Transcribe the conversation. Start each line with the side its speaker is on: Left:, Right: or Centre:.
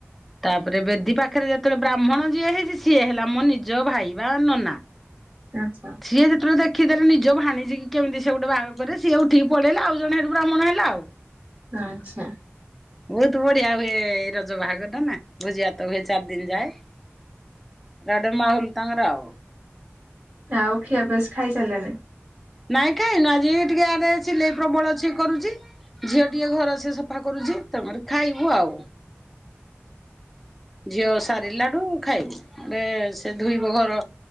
Centre: ତାପରେ ବେଦି ପାଖରେ ଯେତେବେଳେ ବ୍ରାହ୍ମଣ ଯିଏ ହେଇଛି ସିଏ ହେଲା ମୋ ନିଜ ଭାଇ ବା ନନା।
Right: ଆଚ୍ଛା।
Centre: ସିଏ ଯେତେବେଳେ ଦେଖି ଦେଲେ ନିଜ ଭାଣିିିଜି କି କେମିତି ସେ ଗୋଟେ ବା ଘର କରେଇବ ସିଏ ଉଠିକି ପଳେଇଲା ଆଉ ଜଣେ ସେଠୁ ବ୍ରାହ୍ମଣ ଆଇଲା।
Right: ଆଚ୍ଛା।
Centre: ବହୁତ ବଢିଆ ହୁଏ ଏ ରଜ ବାହାଘର। ନା ଭୋଜିଭାତ ହୁଏ ଚାରି ଦିନ ଯାଏ ଏଟା ଗୋଟେ ମାହୁଲ ତାଙ୍କର ଆଉ
Right: ଆଉ ଖିଆ ପିଆ ଖାଇସାରିଲେଣି?
Centre: ନାଇଁ କାଇଁନୁ ଆଜି ଟିକେ ଇଆଡେ ସିଲେଇ ପ୍ରବଳ ଅଛି କରୁଚି। ଝିଅ ଟିକେ ଘର ସେ ସଫା କରୁଚି ତାପରେ ଖାଇବୁ ଆଉ ଝିଅ ସାରିଲାରୁ ଖାଇବୁ। ଏବେ ସେ ଧୋଇବ ଘର